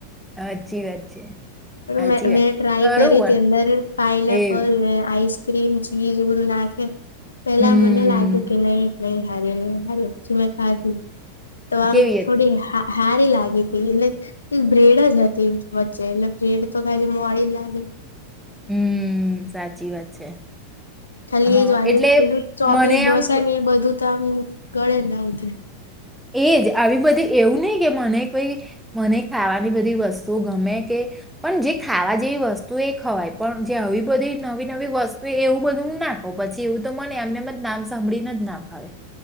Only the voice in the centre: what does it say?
હાચી વાત છે.
સાચી
વાત
ખરું
પણ
એવું
હમ
કેવી
હતી
હમ્મ સાચી વાત છે.
હા
એટલે
મને
આમ
એજ આવી બધી, એવું નહી કે મને કોઈ, મને ખાવાની બધી વસ્તુઓ ગમે, કે પણ જે ખાવા જેવી વસ્તુ એ ખવાય, પણ. જે આવી બધી નવી નવી વસ્તુ, એવું. બધું નાખાવું, પછી એવું તો મને એમને એમ નામ સાંભળીને જ ના ફાવે.